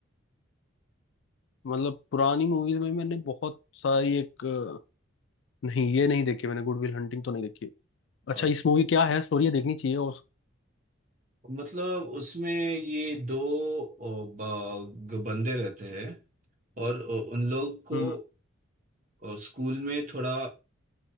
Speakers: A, on the left; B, on the right.
A: मतलब पुरानी मूवीज में मैंने बहुत सारी एक अ, नहीं ये नहीं देखी मैंने गुड विल हंटिंग तो नहीं देखी अच्छा
B: और
A: इस मूवी क्या है स्टोरी ये देखनी चाहिए और
B: मतलब उसमें ये दो ओ, ब- ग- बंदे रहते हैं और उ- उन लोग को
A: हम्म
B: अ, स्कूल में थोड़ा